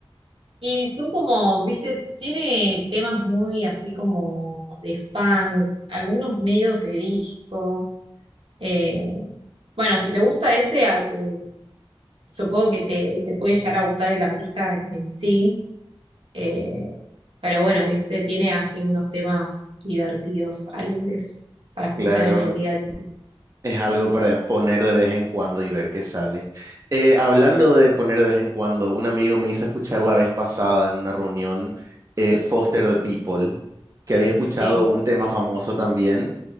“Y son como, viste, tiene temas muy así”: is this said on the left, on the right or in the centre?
Right